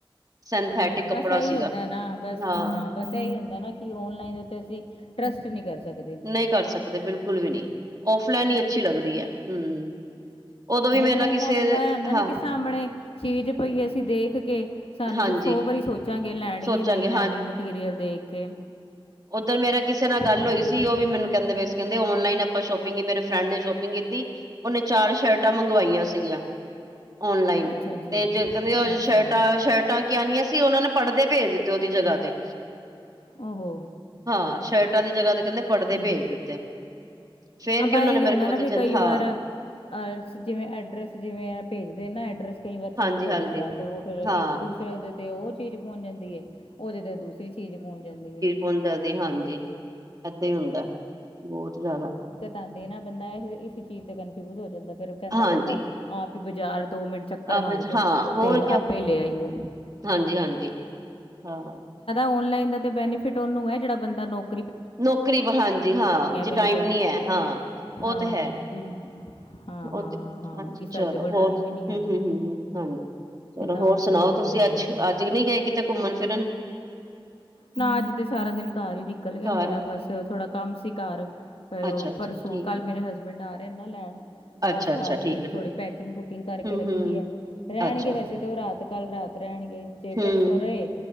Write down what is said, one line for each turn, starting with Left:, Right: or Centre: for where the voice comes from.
Right: ਸਿੰਥੈਟਿਕ
Left: ਹਾਂ
Right: ਕੱਪੜਾ
Left: ਬਸ ਇਹੀ
Right: ਸੀਗਾ
Left: ਹੁੰਦਾ ਹੈ ਨਾ ਬਸ
Right: ਹਾਂ।
Left: ਬਸ ਇਹੀ ਹੁੰਦਾ ਨਾ ਕਿ ਔਨਲਾਈਨ ਦੇ ਉੱਤੇ ਅਸੀਂ ਟਰਸਟ ਨਹੀਂ ਕਰ ਸਕਦੇ।
Right: ਹੀ ਕਰ ਸਕਦੇ ਬਿਲਕੁਲ ਵੀ ਨੀ ਔਫਲਾਈਨ ਹੀ ਅੱਛੀ ਲੱਗਦੀ ਹੈ ਹਮ। ਉਦੋਂ ਵੀ ਮੇਰੇ
Left: ਓਫਲਾਈਨ
Right: ਨਾਲ ਕਿਸੇ
Left: ਬੰਦਾ ਆਦਾ
Right: ਹਾਂ
Left: ਨਾ ਕਿ ਸਾਹਮਣੇ ਚੀਜ਼ ਪਈ ਅਸੀਂ ਦੇਖ ਕੇ। ਸਾਨੂੰ
Right: ਹਾਂਜੀ
Left: ਅਸੀਂ ਸੌ ਵਾਰੀ ਸੋਚਾਂਗੇ ਲੈਣੀ
Right: ਸੋਚਾਂਗੇ
Left: ਹੈ ਨਹੀਂ ਲੈਣੀ ਮਟੀਰੀਅਲ ਦੇਖ ਕੇ।
Right: ਉਧਰ ਮੇਰਾ ਕਿਸੇ ਨਾਲ ਗੱਲ
Left: ਹਾਂ
Right: ਹੋਈ ਸੀ ਉਹ ਵੀ ਮੈਨੂੰ। ਕਹਿੰਦੇ ਆਨਲਾਈਨ ਆਪਾਂ ਸ਼ੋਪਿੰਗ ਮੇਰੇ ਫਰੈਂਡ ਨੇ ਸ਼ੋਪਿੰਗ ਕੀਤੀ। ਉਹਨੇ ਚਾਰ ਸ਼ਰਟਾਂ ਮੰਗਵਾਈਆਂ ਸੀਗੀਆਂ। ਆਨਲਾਈਨ
Left: ਅੱਛਾ ਜੀ
Right: ਤੇ ਕਹਿੰਦੇ
Left: ਅੱਛਾ
Right: ਸ਼ਰਟਾਂ। ਤਾਂ ਕਿ ਆਨੀਆਂ ਸੀ ਉਹਨਾਂ ਨੇ ਪੜ੍ਹਦੇ ਭੇਜ ਦਿੱਤੇ ਉਹਦੀ ਜਗ੍ਹਾ ਤੇ।
Left: ਹੋ
Right: ਹਾਂ ਸ਼ਰਟਾਂ ਦੀ ਜਗ੍ਹਾ ਤੇ ਕਹਿੰਦੇ ਪੜਦੇ
Left: ਤੇ
Right: ਭੇਜ ਦਿੱਤੇ ਫਿਰ
Left: ਆਪਾਂ
Right: ਕਿ ਉਹਨਾਂ
Left: ਇਹ
Right: ਨੇ
Left: ਹੀ
Right: ਮੇਰੇ
Left: ਹੁੰਦਾ
Right: ਖਿਆਲ
Left: ਨਾ
Right: ਪਤਾ
Left: ਫਿਰ
Right: ਚੱਲ
Left: ਕਈ
Right: ਹਾਂ।
Left: ਵਾਰ ਅਹ, ਜਿਵੇਂ ਅੱਡਰੈੱਸ ਜਿਵੇਂ ਭੇਜਦੇ ਨਾ ਐਡਰ ਕਈ ਵਾਰ
Right: ਹਾਂਜੀ
Left: ਚੇਂਜ ਹੋ
Right: ਹਾਂਜੀ
Left: ਜਾਂਦਾ ਤੇ ਉਹ ਫਿਰ
Right: ਹਾਂ
Left: ਇੱਕ। ਦੇ ਤੇ ਉਹ ਚੀਜ਼ ਪਹੁੰਚ ਜਾਂਦੀ ਹ ਉਹਦੇ ਤੇ ਦੂਸਰੀ ਚੀਜ਼ ਪਹੁੰਚ ਜਾਂਦੀ ਹ
Right: ਹੁਣ ਜ਼ਿਆਦਾ ਹਾਂਜੀ ਏਦਾਂ ਹੀ ਹੁੰਦਾ ਬਹੁਤ ਜ਼ਿਆਦਾ।
Left: ਤਾਂ ਦੇ ਨਾ ਬੰਦਾ ਇਸ ਚੀਜ਼ ਤੇ ਕਨਫਿਊਜ ਹੋ ਜਾਂਦਾ ਫੇਿਰ। ਕਹਿੰਦਾ
Right: ਹਾਂਜੀ
Left: ਬੰਦਾ ਆਪ ਹੀ ਬਾਜ਼ਾਰ ਦੋ ਮਿੰਟ ਚੱਕਰ
Right: ਆਪ
Left: ਮਾਰ
Right: ਵਿੱਚ
Left: ਕੇ।
Right: ਹਾਂ ਹੋਰ
Left: ਤੇ
Right: ਕਿਆ
Left: ਆਪੇ ਲੈ ਆਈਏ
Right: ਹਾਂਜੀ ਹਾਂਜੀ ਹਾਂ।
Left: ਔਨਲਾਈਨ ਦਾ ਤੇ ਬੈਨੀਫਿਟ ਉਹਨੂੰ ਹੈ ਜਿਹੜਾ ਬੰਦਾ ਨੌਕ।
Right: ਨੌਕਰੀ ਪਰ ਹਾਂਜੀ ਹਾਂ ਜੇ ਟਾਈਮ
Left: ਬਿਲਕੁਲ
Right: ਨੀ ਹੈ ਹਾਂ। ਉਹ
Left: ਹਾਂ
Right: ਤੇ ਹੈ
Left: ਵੀ ਹਾਂ
Right: ਉਹ
Left: ਹਾਂ
Right: ਤੇ
Left: ਹਾਂ ਹਾਂ
Right: ਹਾਂਜੀ
Left: ਵੀ ਕਿ
Right: ਚਲੋ
Left: ਸਾਡੇ ਕੋਲ
Right: ਹੋਰ
Left: ਟਾਈਮ ਹੀ ਨਹੀਂ
Right: ਹਮ
Left: ਆ ਹੁਣ
Right: ਹਮ ਹਮ ਹ। ਹਾਂਜੀ
Left: ਅਤੇ
Right: ਚਲੋ
Left: ਤਾਂ
Right: ਹੋਰ
Left: ਅਸੀਂ
Right: ਸੁਣਾਓ
Left: ਜੇ ਲੈ
Right: ਤੁਸੀਂ
Left: ਆਈਏ
Right: ਅੱਜ
Left: ਜਾ ਕੇ
Right: ਅੱਜ ਨਹੀ ਗਏ ਕਿਤੇ ਘੁੰਮਣ ਫਿਰਨ।
Left: ਨਾ ਅੱਜ ਤੇ ਸਾਰਾ ਦਿਨ ਘਰ ਹੀ ਨ। ਨਿਕਲ ਗਿਆ
Right: ਘਰ
Left: ਮੇਰਾ
Right: ਹੀ
Left: ਬਸ ਥੋੜਾ ਕੰਮ ਸੀ ਕਾਰ ਉਹ
Right: ਅੱਛਾ ਅੱਛਾ
Left: ਪਰਸੋਂ
Right: ਠੀਕ
Left: ਕੱਲ
Right: ਹੈ
Left: ਮੇਰੇ ਹਸਬੈਂ। ਵੰਡਾਰ ਨਾ ਲੈਣ ਤੇ
Right: ਅੱਛਾ
Left: ਬਸ
Right: ਅੱਛਾ
Left: ਕਾਰ ਹੀਈ
Right: ਠੀਕ
Left: ਰੈਣ
Right: ਹੈ
Left: ਥੋੜ੍ਹੀ
Right: ਠੀਕ ਹੈ
Left: ਪੈਕਿੰਗ ਪੂਕਿੰਗ ਕਰਕੇ
Right: ਹੂੰ
Left: ਰੱਖੀ
Right: ਹੂੰ
Left: ਹੈ ਰਹਿਣਗੇ
Right: ਅੱਛਾ
Left: ਵੈਸੇ ਤੇ ਉਹ ਰਾਤ। ਕੱਲ ਰਾਤ ਰਹਿਣਗੇ ਜੇ
Right: ਹੂੰ
Left: ਪਰਸੋਂ ਰਹੇ